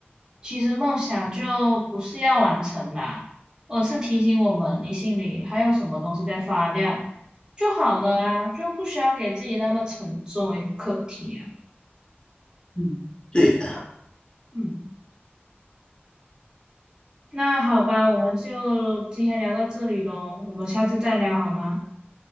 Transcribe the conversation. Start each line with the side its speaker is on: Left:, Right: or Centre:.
Right: 其实梦想就不是要完成啦，而是提醒我们你心里还有什么东西在发亮就好了啊，就不需要给自己那么沉重一个课题啊。
Left: 嗯，对了，
Right: 嗯，那好吧，我们就今天聊到这里喽，我们下次再聊好吗？